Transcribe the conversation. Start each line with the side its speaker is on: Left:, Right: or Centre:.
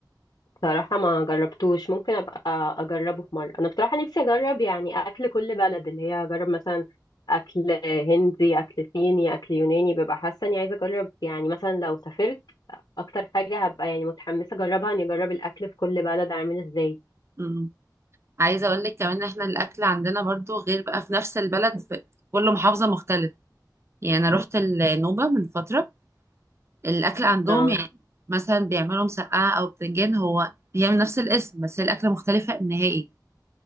Left: بصراحة ما جربتوش ممكن أبقى أجربه في مرة أنا بصراحة نفسي أجرب يعني أكل كل بلد اللي هي أجرب مثلا أكل هندي أكل صيني أكل يوناني ببقى حاسة إني عايزة أجرب يعني مثلا لو سافرت أكتر حاجة هبقى يعني متحمسة أجربها إني أجرب الأكل في كل بلد عامل إزاي
Right: اه عايزه اقول لك كمان ان احنا الاكل عندنا برضو غير بقى في نفس البلد في كل محافظه مختلف يعني انا رحت النوبه من فتره الاكل عندهم
Left: اه
Right: يعني مثلا بيعملوا مسقعه او بتنجان هو هي من نفس الاسم بس هي الاكله مختلفه نهائي